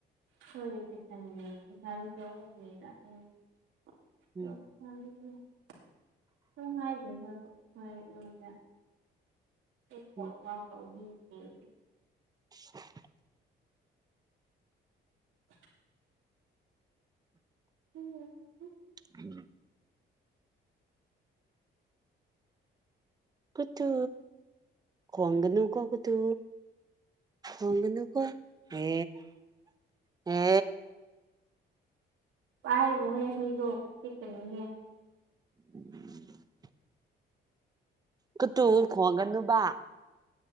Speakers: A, on the right; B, on the right.
A: <unintelligible> <unintelligible>
B: ꯎꯝ
A: ꯍꯣꯏ ꯍꯥꯏꯁꯦ ꯍꯣꯏ ꯍꯣꯏ ꯎꯝꯅ <unintelligible>
B: ꯎꯝ
A: ꯇꯧꯋ‌ꯦꯌ‌ꯦ
B: <unintelligible>
A: <unintelligible> ꯎꯝ ꯎꯝ ꯎꯝ
B: ꯎꯝ ꯀꯨꯇꯨ ꯈꫭꯡꯒꯅꯨꯀꫭ ꯀꯨꯇꯨ ꯈꫭꯡꯒꯅꯨꯀꯣ ꯍꯦ ꯍꯦ
A: ꯄꯥꯏꯅꯨꯍꯦ ꯍꯨꯏꯗ‌ꯣ ꯆꯤꯛꯀꯅꯤꯅ‌ꯦ
B: <unintelligible> ꯀꯨꯇꯨ ꯈꯣꯡꯒꯅꯨꯕ